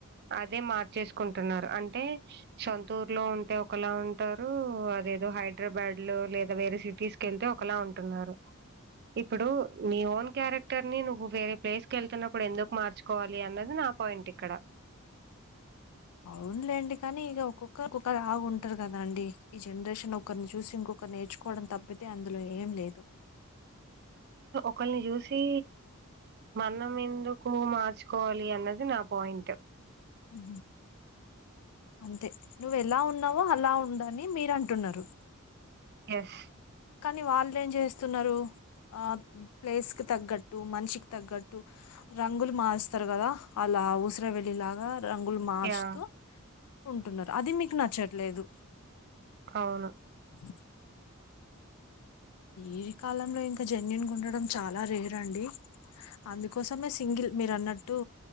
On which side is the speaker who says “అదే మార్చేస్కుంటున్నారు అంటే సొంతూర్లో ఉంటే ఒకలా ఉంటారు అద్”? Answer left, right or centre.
Right